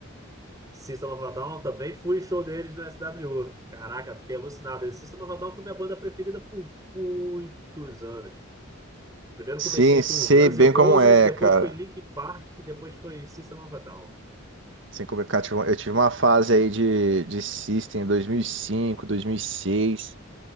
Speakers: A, on the right; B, on the right.
A: System of a Down também fui show deles no SWU. Caraca, fiquei alucinado. System of a Down foi minha banda preferida por muitos anos. Primeiro
B: Sim,
A: comecei
B: sei
A: com Guns
B: bem
A: N'
B: como
A: Roses,
B: é,
A: depois
B: cara.
A: foi Linkin Park, depois foi System of a Down.
B: Sem complicar, tive- eu tive uma fase aí de, de System em 2005, 2006,